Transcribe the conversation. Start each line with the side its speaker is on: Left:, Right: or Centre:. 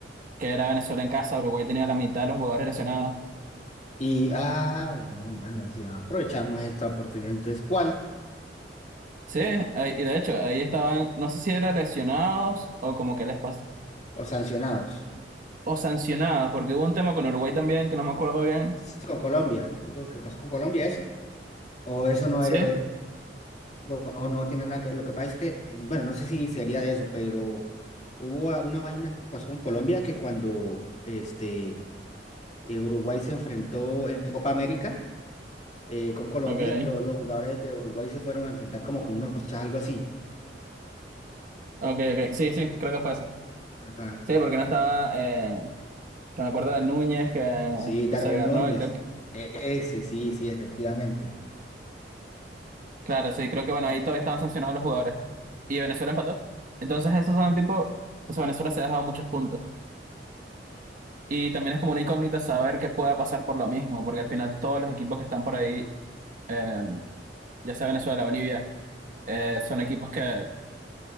Right: que era Venezuela en casa. Uruguay tenía la mitad de los jugadores lesionados.
Left: Y, ah, no, mano, así aprovechamos esta oportunidad. Entonces, ¿cuál?
Right: Sí, ahí- y de hecho, ahí estaban, no sé si eran lesionados o como que les pasó,
Left: ¿O sancionados?
Right: o sancionados, porque hubo un tema con Uruguay también que no me acuerdo bien.
Left: Sí, Con Colombia. Digo, ¿Qué pasó con Colombia eso? ¿O eso no
Right: Sí,
Left: era, eh, o o no tiene nada que Lo que pasa es que, bueno, no sé si sería de eso, pero hubo a- una vaina que pasó con Colombia que cuando este, eh, Uruguay se enfrentó en Copa América. eh, con Colombia,
Right: ok,
Left: lo- los jugadores de Uruguay se fueron a enfrentar como con unos fichas, algo así.
Right: ok, ok, sí, sí, creo que fue eso.
Left: Ajá.
Right: Sí, porque no estaba, eh, que me acuerdo de Núñez que,
Left: Sí, Darwin
Right: que se agarró,
Left: Núñez.
Right: y creo
Left: E- Ese, sí, sí, efectivamente.
Right: Claro, sí, creo que bueno, ahí todavía estaban sancionados los jugadores. Y Venezuela empató. Entonces, esos son tipo, o sea, Venezuela se ha dejado muchos puntos. Y también es como una incógnita saber qué pueda pasar por lo mismo, porque al final todos los equipos que están por ahí, eh, ya sea Venezuela, Bolivia, eh, son equipos que